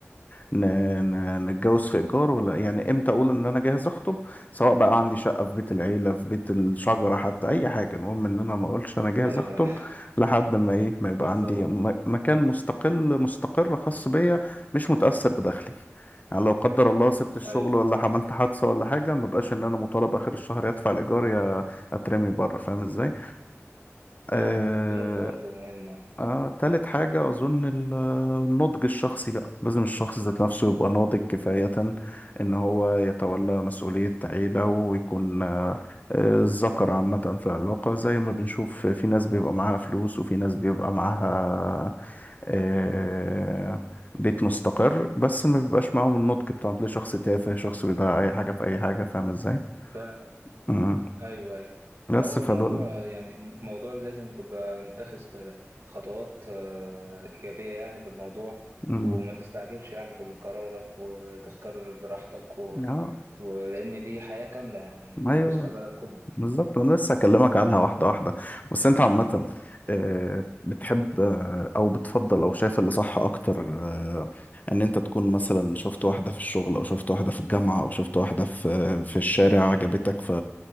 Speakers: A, on the left (about 35°); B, on the right (about 70°).
A: ن- ن- نتجوز في ايجار ولا إيه؟ يعني امتى اقول ان انا جاهز اخطب سواء بقى عندي شقه في بيت العيله في بيت الشجره حتى اي حاجه المهم ان انا ما اقولش انا جاهز
B: ايوه
A: اخطب لحد ما ايه ما يبقى
B: <laughs> بالظبط
A: عندي م- مكان مستقل مستقر خاص بيا مش متاثر بدخلي يعني لو قدر الله سبت الشغل
B: ايوه
A: ولا عملت حادثه ولا حاجه ما بقاش ان انا مطالب اخر الشهر يدفع الايجار يا اترمي بره فاهم ازاي آه،
B: فعلا دي نقطة برضه مهمة
A: آه، تالت حاجة أظن ال- النضج الشخصي بقى لازم الشخص ذات نفسه يبقى ناضج كفاية إن هو يتولى مسؤولية عيلة ويكون آه، الذكر عامة في العلاقة زي ما بنشوف في ناس بيبقى معاها فلوس وفي ناس بيبقى معاها آه، بيت مستقر بس ما بيبقاش معاهم النضج بتاعهم تلاقي شخص تافه شخص بيضيع أي حاجة في أي حاجة فاهم إزاي؟
B: فعلا
A: مم.
B: ايوه ايوه
A: بس
B: الاول
A: فدول
B: موضوع يعني موضوع لازم تبقى متخذ ك- خطوات آه، ايجابيه يعني في الموضوع
A: مم.
B: وما تستعجلش يعني في قرارك وتختار براحتك و...
A: آه
B: ولان دي حياه كامله يعني دي
A: أيوه
B: مستقبلك كله
A: بالظبط وانا لسه هكلمك عنها واحده واحده بس انت عامه آه، بتحب آه، او بتفضل او شايف اللي صح اكتر آه، ان انت تكون مثلا شفت واحده في الشغل او شفت واحده في الجامعه او شفت واحده في آه، في الشارع عجبتك ف